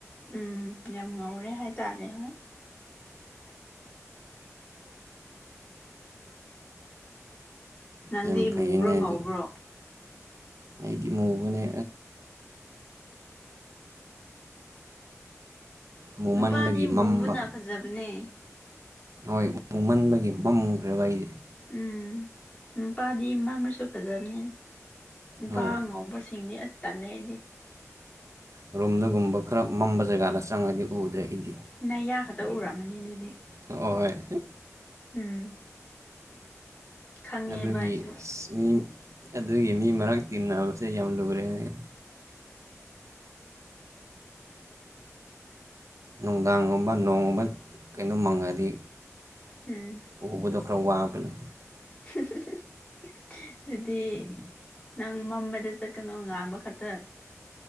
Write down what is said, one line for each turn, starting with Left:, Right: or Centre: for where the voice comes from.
Left: ꯎꯝ ꯌꯥꯝ ꯉꯧꯔꯦ ꯍꯥꯏꯇꯥꯔꯦ ꯍꯣꯏ ꯅꯪꯗꯤ
Right: ꯌꯥꯝ ꯐꯩꯌꯦꯅꯦ
Left: ꯃꯨꯕ꯭ꯔꯣ ꯉꯧꯕ꯭ꯔꯣ
Right: ꯑꯗꯨ ꯑꯩꯗꯤ ꯃꯨꯕꯅꯦ ꯃꯨꯃꯟꯕꯒꯤ
Left: ꯅꯨꯄꯥꯗꯤ
Right: ꯃꯝꯕ
Left: ꯃꯨꯕꯅ ꯐꯖꯕꯅꯦ
Right: ꯍꯣꯏ ꯃꯨꯃꯟꯕꯒꯤ ꯃꯝꯈ꯭ꯔꯦꯕ ꯑꯩꯁꯦ
Left: ꯎꯝ ꯅꯨꯄꯥꯗꯤ ꯃꯝꯃꯁꯨ ꯐꯖꯕꯅꯤ ꯅꯨꯄꯥ
Right: ꯍꯣꯏ
Left: ꯉꯧꯕꯁꯤꯡꯗꯤ ꯑꯁ ꯇꯜꯂꯦ ꯑꯩꯗꯤ
Right: ꯔꯨꯝꯗꯒꯨꯝꯕ ꯈꯔ ꯃꯝꯕ ꯖꯒꯥꯗ ꯆꯪꯉꯗꯤ ꯎꯗ꯭ꯔꯦ ꯑꯩꯗꯤ
Left: ꯅꯌꯥ ꯈꯛꯇ ꯎꯔꯝꯃꯅꯤ ꯑꯗꯨꯗꯤ
Right: ꯍꯣꯏ
Left: ꯎꯝ ꯈꯪꯉꯦꯕ
Right: ꯑꯗꯨꯒꯤ
Left: ꯑꯩꯁꯨ
Right: ꯃꯤ ꯑꯗꯨꯒꯤ ꯃꯤ ꯃꯔꯛ ꯇꯤꯟꯅꯕꯁꯦ ꯌꯥꯝ ꯂꯨꯔꯦꯅꯦ ꯅꯨꯡꯗꯥꯡꯒꯨꯝꯕ ꯅꯣꯡꯒꯨꯝꯕ ꯀꯩꯅꯣꯝ ꯃꯪꯉꯗꯤ
Left: ꯎꯝ
Right: ꯎꯕꯗꯣ ꯈꯔ ꯋꯥꯕꯅꯦ
Left: <inaudible> ꯑꯗꯨꯗꯤ ꯅꯪ ꯃꯝꯕꯗ ꯆꯠꯀꯅꯣ ꯉꯥꯟꯕ ꯈꯛꯇ